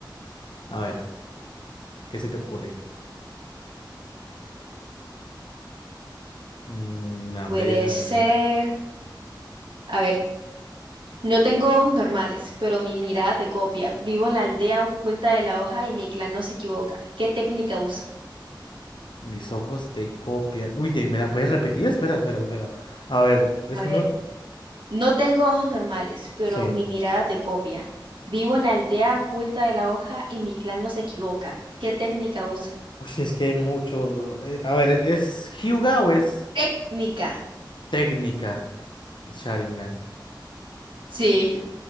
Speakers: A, on the left; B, on the right.
A: A ver, ¿qué se te ocurre? Mm, a
B: Puede
A: ver, eh,
B: ser. A ver, no tengo ojos normales, pero mi mirada te copia. Vivo en la aldea oculta de la hoja y mi clan no se equivoca. ¿Qué técnica uso?
A: mis ojos te copian. Uy, te- ¿me la puedes repetir? Espera, espera, espera. A ver, es
B: A ver,
A: uno.
B: no tengo ojos normales, pero
A: Sí.
B: mi mirada te copia. Vivo en la aldea oculta de la hoja y mi clan no se equivoca. ¿Qué técnica uso?
A: Uy, es que hay mucho. eh, a ver, ¿es Hyuga o es
B: Técnica.
A: técnica? El Sharingan.
B: Sí. <laughs>